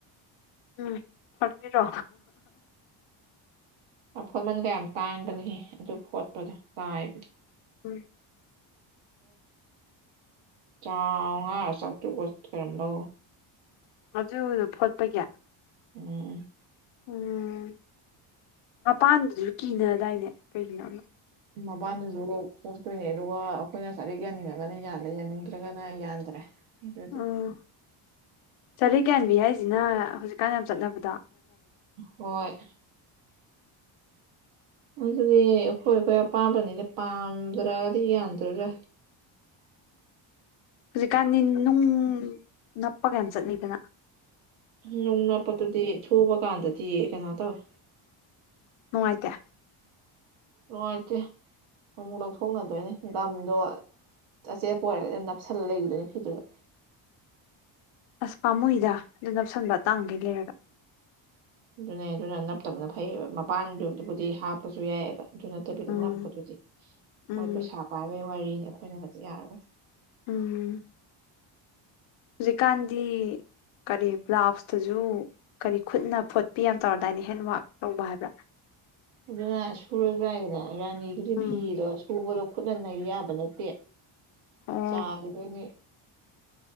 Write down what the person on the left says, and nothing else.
ꯎꯝ ꯐꯕꯤꯔꯣ
ꯎꯝ
ꯑꯗꯨꯗ ꯐꯣꯠꯄꯒꯤ
ꯎꯝ ꯃꯄꯥꯟꯗꯁꯨ ꯀꯤꯅꯗꯥꯏꯅꯦ ꯀꯩꯒꯤꯅꯣꯗꯣ
ꯎꯝ ꯆꯔꯦ ꯌꯥꯌꯥꯟꯕꯤ ꯍꯥꯏꯁꯤꯅ ꯍꯧꯖꯤꯛꯀꯥꯟ ꯌꯥꯝ ꯆꯠꯅꯕꯗ
ꯍꯧꯖꯤꯛꯀꯥꯟꯅꯤ ꯅꯨꯡ ꯅꯞꯄ ꯀꯌꯥꯝ ꯆꯠꯅꯤꯗꯅ
ꯉꯗ <inaudible>
ꯑꯁ ꯄꯥꯃꯨꯣꯏꯗ ꯑꯗꯨ ꯅꯞꯁꯟꯕꯇꯥꯡꯈꯩ ꯂꯩꯔꯒ
ꯎꯝ
ꯎꯝ
ꯎꯝ ꯍꯧꯖꯤꯀꯥꯟꯗꯤꯤ ꯀꯔꯤ ꯕ꯭ꯂꯥꯎꯁꯇꯁꯨ ꯀꯔꯤ ꯈꯨꯠꯅ ꯐꯣꯠꯄꯤ ꯌꯥꯝ ꯇꯧꯔꯗꯥꯏꯅꯦ ꯍꯦꯟꯋꯛ ꯇꯧꯕ ꯍꯥꯏꯕ꯭ꯔꯥ
ꯎꯝ
ꯑꯣ